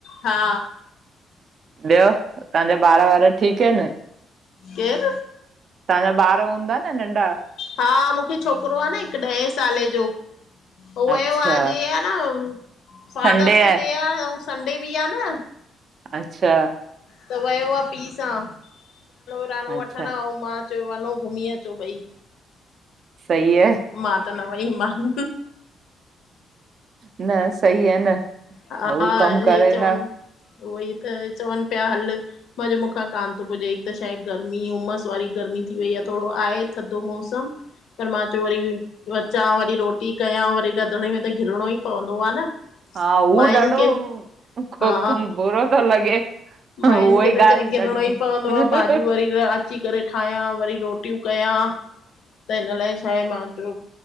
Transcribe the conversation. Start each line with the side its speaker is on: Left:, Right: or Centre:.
Left: हा
Right: ॿियो तांजा ॿार वार ठीक आहिन।
Left: केर।
Right: तांजा ॿार हूंदा न नंढा।
Left: हा मूंखे छोकरो आहे न हिक ॾह साले जो हुयो वयो
Right: अच्छा
Left: न आज ह न। फादर्स
Right: संडे आहे
Left: डे आ आऊ संडे बि आ न।
Right: अच्छा।
Left: त वयो आ पी सां। पुरानो
Right: अच्छा
Left: वठण आऊ मां चयो वञो घुमी अचो बयी।
Right: सही आहे
Left: मां त न वई मान।
Right: न सही आ न।
Left: हा
Right: हू
Left: हे
Right: कमु करे
Left: चवन
Right: न
Left: उहेई त चवन प्या हल। मां चयो मूंखां कान थो पूजे इक त छाए गर्मी उमस वारी गर्मी थी वई आ थोरो ठॾो मौसम। पर मां चयो वरी अचां वरी रोटी कयां वरी रंधणे में त घिरणो ई पवंदो आ न।
Right: हा उ
Left: मायुनि
Right: ॾाढो
Left: खे
Right: को
Left: हा
Right: कम बुरो थो लॻे। उहा
Left: मायुनि खे
Right: ई
Left: त
Right: ॻाल्हि
Left: चई घिरणो
Right: ॾाढी
Left: ई पवंदो
Right: सही
Left: आ भाॼियूं वरी रही। अची करे ठायां वरी रोटियूं कंयां त हिन लाइ छा आहे मां चयो।